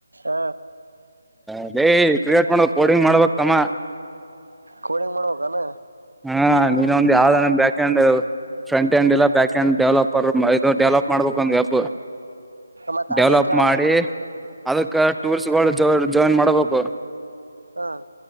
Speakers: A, on the right; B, in the centre.
A: ಹ
B: ಅದೇಯ್ ಕ್ರಿಯೇಟ್ ಮಾಡ ಕೋಡಿಂಗ್ ಮಾಡ್ಬೇಕ್ ತಮ್ಮ.
A: ಕೋಡಿಂಗ್ ಮಾಡ್ಬೇಕಾನ.
B: ಹಾ ನೀನೊಂದು ಯಾವ್ದಾರ ಬ್ಯಾಕೆಂಡ್. ಫ್ರಂಟ್ ಹ್ಯಾಂಡ್ ಇಲ್ಲ ಬ್ಯಾಕೆಂಡ್ ಡೆವಲಪರ್ ಇದು ಡೆವಲಪ್ ಮಾಡ್ಬೇಕು ಒಂದು ವೆಬ್.
A: ಮತ್ ಅದೇ
B: ಡೆವಲಪ್
A: ಕೇಳಕ.
B: ಮಾಡಿ ಅದಕ್ಕ ಟೂರ್ಸ್ಗಳು ಜ ಜಾಯಿನ್ ಮಾಡಬೇಕು.
A: ಹ